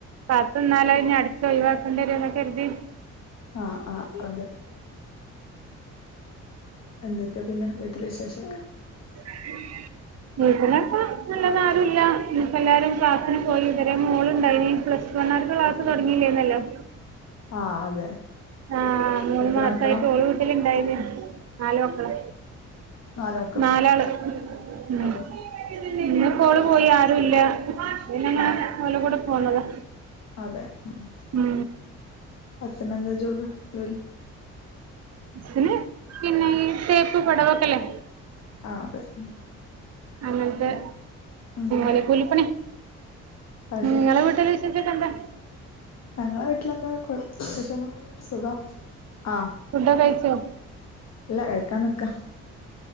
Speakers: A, on the right (about 55°); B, on the left (about 60°).
A: കാത്ത്ന്നാലത് ഇടത്ത് ഒഴിവാക്കണ്ട രോന്ന്ക്കരുതി.
B: ആഹ് ആഹ് അതെ. എന്തൊക്കെയ പിന്നെ വീട്ടില വിശേഷൊക്കെ.
A: ഉം. വീട്ടിലിപ്പോ അല്ലാതാരുവില്ല ഇന്നിപ്പോ എല്ലാരും ക്ലാസ്സിന് പോയി ഇതുവരെ മോളുണ്ടായിനി പ്ലസ് വണ്ണ് കാർക്ക് ക്ലാസ് തുടങ്ങിയില്ലേരുന്നല്ലോ
B: ആഹ് അതെ
A: ആഹ് മൂന്ന്
B: എത്ര
A: മാസായിട്ട്
B: മക്കളാ
A: ഓള് വീട്ടില് ഇണ്ടായിനി നാല് മക്കള്
B: നാല് മക്കളോ
A: നാലാള് ഉം
B: അതെ
A: ഇന്നിപ്പോ ഓള് പോയി ആരുവില്ല അതുകൊണ്ട് ഞാൻ
B: ആഹ്
A: ഓലുടെ കൂടെ പോന്നതാ
B: അതെ ആഹ്
A: ഉം
B: ഹസ്സിന് എന്താ ജോബ് ജോലി
A: ബസില് പിന്നെ ഈ തേപ്പ് പടവൊക്കെ ഇല്ലേ
B: ആഹ് അതെ ആഹ്
A: അങ്ങനത്തെ
B: ഉം ഉം
A: ഓല് കൂലിപ്പണി
B: അത് ശരി
A: നിങ്ങളെ വീട്ടില് വിശേഷവൊക്കെ എന്താ
B: ഞങ്ങടെ വീട്ടിലെന്താ കൊ വിശേഷങ്ങള് സുഖം ആഹ്
A: ഫുഡൊക്കെ കഴിച്ചോ
B: ഇല്ല കഴിക്കാൻ നിക്കുവാ